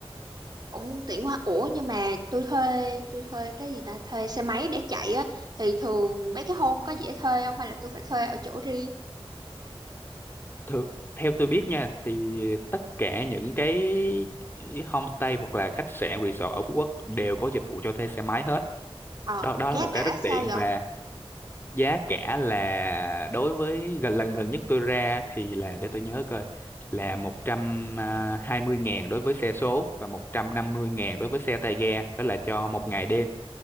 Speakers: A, on the right; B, on the left.
A: cũng tiện quá ủa nhưng mà tôi thuê tôi thuê cái gì ta thuê xe máy để chạy á thì thường mấy cái hôm có dễ thuê không hay là tôi phải thuê ở chỗ riêng
B: Thử, theo tôi biết nha thì tất cả những cái homestay hoặc là khách sạn resort ở Phú Quốc đều có dịch vụ cho thuê xe máy hết
A: ờ
B: đó đó
A: giá
B: là một cái
A: cả
B: rất
A: sao
B: tiện
A: vậy
B: và giá cả là đối với gần lần gần nhất tôi ra thì là để tôi nhớ coi là 120 ngàn đối với xe số và 150 ngàn đối với xe tay ga đó là cho một ngày đêm